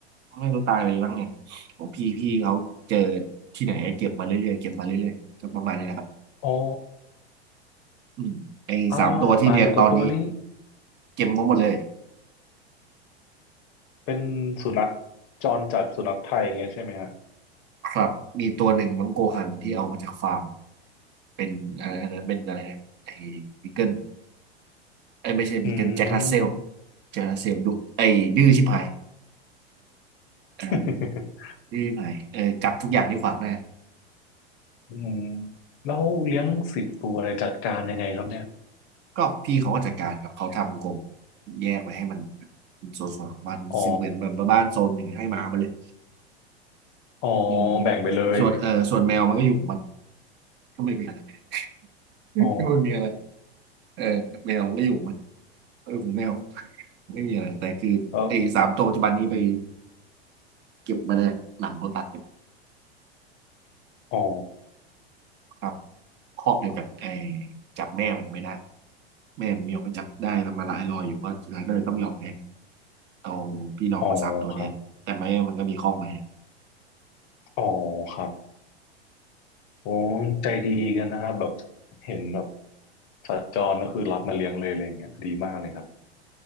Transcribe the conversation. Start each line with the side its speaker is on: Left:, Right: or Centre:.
Right: ไม่รู้ตายไปบ้างไงของพี่พี่เขาเจอที่ไหนเก็บมาเรื่อยๆเก็บมาเรื่อยๆก็ประมาณนี้นะครับ
Left: อ๋อ
Right: อืมไอ้สามตัวที่เลี้ยงตอนนี้
Left: อ่าหมาสิบกว่าตัวนี้
Right: เก็บงบหมดเลย
Left: เป็นสุนัขจรจัดสุนัขไทยอย่างเงี้ยใช่ไหมฮะ
Right: ครับมีตัวหนึ่งมังโกฮันที่เอามาจากฟาร์มเป็นอะอันนั้นเป็นอะไรนะไอ้บีเกิลไอ้ยไม่ใช่บีเกิลแจ็ครัสเซล
Left: อืม
Right: แจ็ครัสเซลดุไอ้ดื้อชิบหายอ่า
Left: <laughs>
Right: ดื้อชิบหายเออจับทุกอย่างที่ขวางหน้า
Left: อืมแล้วเลี้ยงสิบตัวเลยจัดการยังไงครับเนี่ย
Right: ก็พี่เขาก็จัดการครับเขาทำกรงแยกไว้ให้มันเป็นโซนสวนของบ้านซึ่งเหมือนแบบบ้านโซนหนึ่งให้หมามาเลย
Left: อ๋ออ๋อ
Right: อืม
Left: แบ่งไปเลย
Right: ส่วนเออส่วนแมวมันก็อยู่ของมันก็ไม่มีอะไร <laughs>
Left: อ๋อ
Right: ก็ไม่มีอะไรเออแมวมันก็อยู่ของมันเออผแมว ไม่มีอะไรแต่คือไอ้สามตัวปัจจุบันนี้ไป
Left: แล้ว
Right: เก็บมาเลยหลังโลตัสเนี่ย
Left: อ๋อ
Right: ครับคอกเดียวกันไอ้จับแม่มันไม่ได้แม่มันมีออกไปจับได้แต่มาละไอ้ลอยอยู่ก็สุดท้ายก็เลยต้องยอมแพ้เอาพี่น้องมาสามตัวแทนแต่แม่มันก็มีคอกมา
Left: อ๋อครับอ๋อครับโอ้ใจดีกันนะครับแบบเห็นแบบสัตว์จรก็คือรับมาเลี้ยงเลยอะไรเงี้ยดีมากเลยครับ